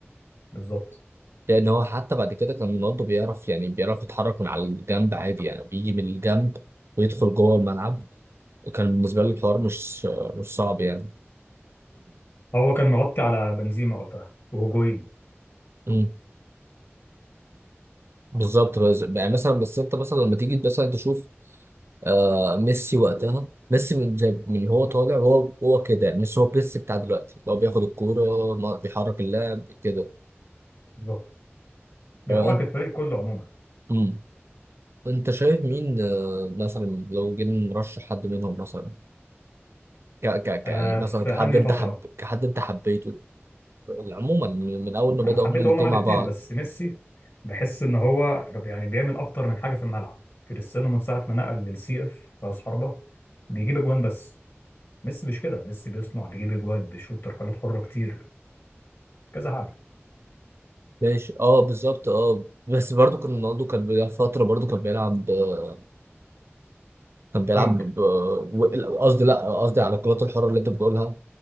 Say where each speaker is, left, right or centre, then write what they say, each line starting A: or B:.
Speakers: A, on the left; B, on the right.
A: بالظبط
B: لان هو حتى بعد كده كان رونالدو بيعرف يعني بيعرف يتحرك من على الجنب عادي يعني بيجي من الجنب ويدخل جوه الملعب كان بالنسبه له الحوار مش مش صعب يعني
A: هو كان مغطي على بنزيما وقتها وهجوين
B: مم. بالظبط بس يعني مثلا بس انت مثلا لما تيجي مثلا تشوف آه ميسي وقتها ميسي من جاب من هو طالع هو هو كده مش هو ميسي بتاع دلوقتي هو بياخد الكوره ما- بيحرك اللاعب كده
A: بالظبط بيحرك
B: آه، أنت
A: الفريق كله عموما
B: مم. أنت شايف مين آه، مثلا لو جينا نرشح حد منهم مثلا ك ك ك-
A: آه
B: يعني مثلا
A: في
B: كحد
A: أنهي
B: أنت
A: فترة
B: حب كحد أنت حبيته عموما من من أول ما بدأوا
A: انا حبيت
B: هما الاتنين
A: هما الاثنين
B: مع بعض
A: بس ميسي بحس ان هو يعني بيعمل اكتر من حاجه في الملعب كريستيانو من ساعه ما نقل للسي اف راس حربه بيجيب اجوان بس ميسي مش كده ميسي بيصنع بيجيب اجوان بيشوط تركلات حره كتير كذا حاجه
B: ماشي أه بالظبط أه بس برضه كان رونالدو كان بيلعب فترة برضه كان بيلعب آه، كان بيلعب
A: وينج
B: ب- و- قصدي لا قصدي على الكرات الحرة اللي أنت بتقولها